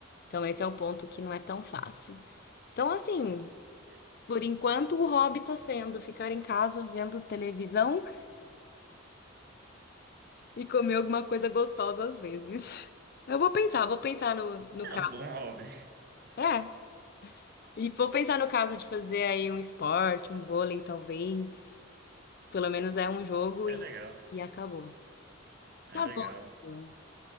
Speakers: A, on the left; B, on the right.
A: Então, esse é o ponto que não é tão fácil. Então, assim,
B: É,
A: por enquanto o hobby tá sendo ficar em casa vendo televisão E comer alguma coisa gostosa às vezes. Eu vou pensar, vou pensar no, no
B: é
A: caso.
B: um bom hobby.
A: É, e vou pensar no caso de fazer aí um esporte, um vôlei, talvez. Pelo menos é um jogo
B: É
A: e,
B: legal,
A: e acabou.
B: é
A: Tá
B: legal.
A: bom. então.